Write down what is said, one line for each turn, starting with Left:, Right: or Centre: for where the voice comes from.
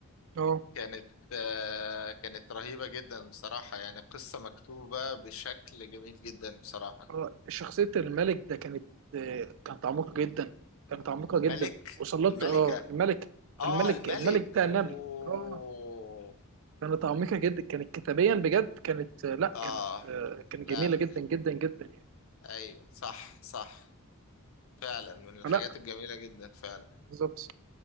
Right: اه
Left: كانت آه كانت رهيبة جدا بصراحة يعني قصة مكتوبة بشكل جميل جدا بصراحة
Right: آه، شخصية الملك ده كانت آه، كانت عميقة جدا كانت عميقة
Left: الملك
Right: جدا وصلت
Left: الملكة
Right: اه الملك
Left: آه
Right: الملك
Left: الملك
Right: الملك بتاع
Left: أوه
Right: النمل اه كانت عميقة جدا كانت كتابيا بجد كانت آه، لا
Left: آه
Right: كانت آه، كانت
Left: لا
Right: جميلة جدا جدا جدا يعني
Left: ايوه صح صح فعلا من الحاجات
Right: فلا
Left: الجميلة جدا فعلا
Right: بالظبط